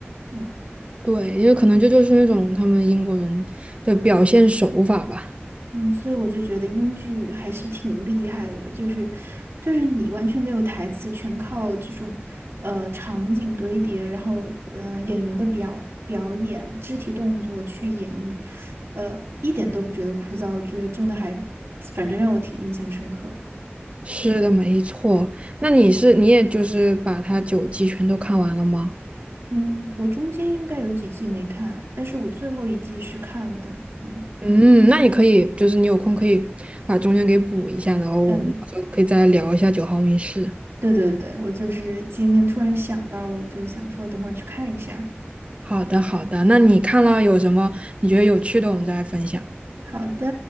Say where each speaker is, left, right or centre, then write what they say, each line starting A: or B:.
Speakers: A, on the right; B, on the right.
A: 嗯
B: 对，因为可能这就是那种他们英国人的表现手法吧。
A: 嗯，所以我就觉得英剧还是挺厉害的，就是就是你完全没有台词，全靠这种呃场景堆叠，然后嗯演员的表表演、肢体动作去演绎，呃一点都不觉得枯燥，我觉得真的还反正让我挺印象深刻的。
B: 是的，没错。那你是你也就是把它九季全都看完了吗？
A: 嗯，我中间应该有几季没看，但是我最后一季是看了的。嗯
B: 嗯，那你可以就是你有空可以把中间给补一下，然后我们到时候可以再聊一下《九号密室》。
A: 嗯，对对对，我就是今天突然想到了，我就想说等会儿去看一下。
B: 好的，好的。那你看了有什么你觉得有趣的，我们再来分享。
A: 好的。